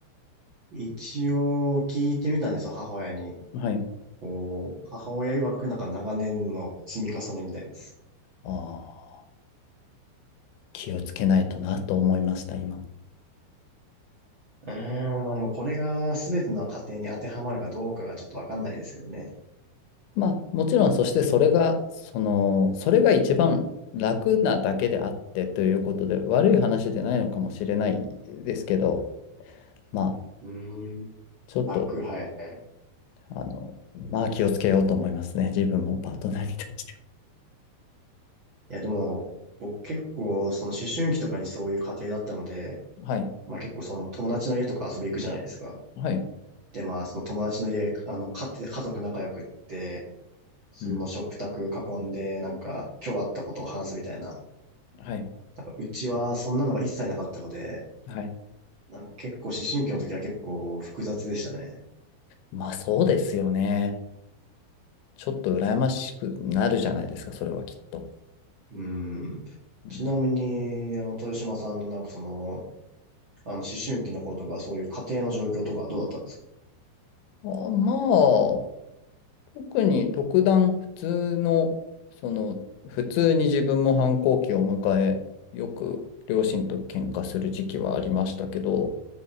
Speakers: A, on the right; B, on the left.
A: 一応聞いてみたんですよ、母親に。
B: はい。
A: こう、母親曰くなんか長年の積み重ねみたいです。
B: ああ、気をつけないとなと思いました、今。
A: うーん、まあでもこれが全ての家庭に当てはまるかどうかがちょっとわかんないですけどね。
B: まあ、もちろん、そしてそれが、その、それが一番楽なだけであってということで、悪い話でないのかもしれないですけど、まあ、
A: うーん。
B: ちょっと
A: 楽、はい。
B: あの、まあ気をつけようと思いますね。自分もパートナーに対して
A: いやでも、僕結構その思春期とかにそういう家庭だったので、
B: は。い。
A: まあ結構その友達の家とか遊び行くじゃないですか。
B: はい。
A: でまあその友達の家、あの、家庭、家族仲良くって、その食卓囲んでなんか今日あったことを話すみたいな。
B: うん。はい。
A: なんかうちはそんなのが一切なかったので、
B: はい。
A: なんか結構思春期の時は結構複雑でしたね。
B: まあそうですよね。ちょっと羨ましくなるじゃないですか、それはきっと。
A: うん。
B: うん
A: ちなみに、あの、豊島さんのなんかその、あの、思春期の頃とか、そういう家庭の状況とかどうだったんですか
B: あ、まあ、特に特段普通の、その、普通に自分も反抗期を迎え、よく両親と喧嘩する時期はありましたけど、